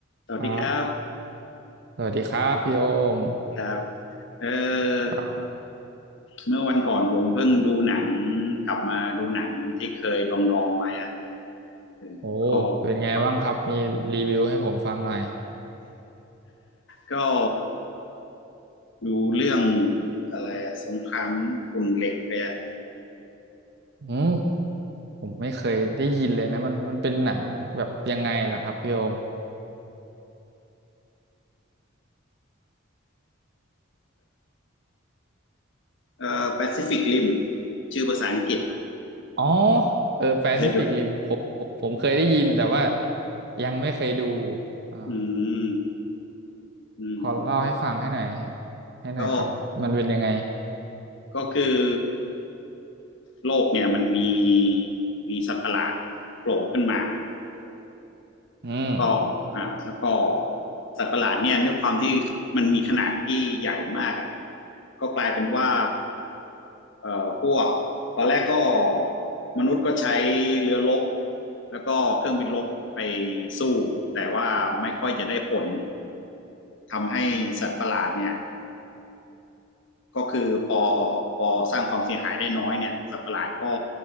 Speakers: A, on the left (about 65°); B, on the right (about 55°).
A: สวัสดีครับ
B: ครับสวัสดีครับพี่โอม
A: ครับเออ
B: ครับ
A: เมื่อวันก่อนผมเพิ่งดูหนังกลับมาดูหนังที่เคยดองดองไว้อะเออก็
B: โอ้เป็นไงบ้างครับมีรีวิวให้ผมฟังหน่อย
A: ก็ก็ดูเรื่องอะไรอะสงครามขุ่นเหล็กไปอะ
B: อืมผมไม่เคยได้ยินเลยนะมันมันเป็นหนังแบบยังไงล่ะครับพี่โอม
A: เออแปซิฟิกริมชื่อภาษาอังกฤษ
B: อ๋อเออแปซิฟิกริมผมผมผมเคยได้ยินแต่ว่า
A: เคยดู
B: ยังไม่เคยดูอ่า
A: อืมอืมผมก็
B: ขอเล่าให้ฟังให้หน่อยให้หน่อยครับมันเป็นยังไง
A: ก็ก็คือโลกเนี่ยมันมีมีสัตว์ประหลาดโผล่ขึ้นมา
B: อืม
A: แล้วก็อ่าแล้วก็สัตว์ประหลาดเนี่ยด้วยความที่มันมีขนาดที่ใหญ่มากอ่ะก็กลายเป็นว่าเอ่อพวกตอนแรกก็มนุษย์ก็ใช้เรือรบแล้วก็เครื่องบินรบไปสู้แต่ว่าไม่ค่อยจะได้ผลทำให้สัตว์ประหลาดเนี่ยก็คือพอพอสร้างความเสียหายได้น้อยเนี่ยสัตว์ประหลาดก็